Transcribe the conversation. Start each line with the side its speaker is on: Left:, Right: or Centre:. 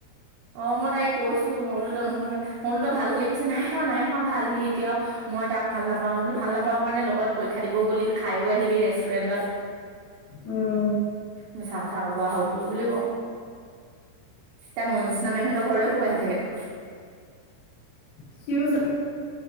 Right: অ', মই তাইি কৈছো মৌলদোত নোল মলদত ভাল হলি কৈছে নাই হোৱা নাই হোৱা ভাল সি এতিয়াও। মই তাক ভাল নাপাওঁ মই বোলো ভাল নাপাওঁ কাৰণে লগত। পৰীক্ষা দিবও গ'লি খাইও আহিলি ৰেষ্টুৰেণ্টত।
Left: উম
Right: মিছা কথা কব আহ বুলি কওঁ। ত মনজনামেমহঁতেৰ খুব আহি থাকেতো।
Left: শিউজ <inaudible>